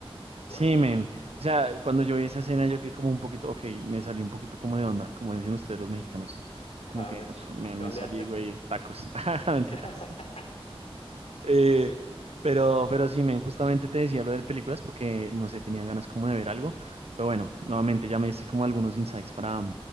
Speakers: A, on the left; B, on the right.
A: bueno,
B: Sí, men. O sea, cuando yo vi esa escena, yo quedé como un poquito, ok, me salí un poquito como de onda, como dicen ustedes los mexicanos.
A: ajá,
B: Como que
A: me,
B: uf, me, me
A: te ondeaste.
B: salí, güey, tacos. <laughs> Mentiras.
A: <laughs>
B: Eh,
A: Sí,
B: pero, pero sí, men, justamente te decía lo de películas porque, no sé, tenía ganas como de ver algo. Pero bueno, nuevamente ya me hice como algunos insights para,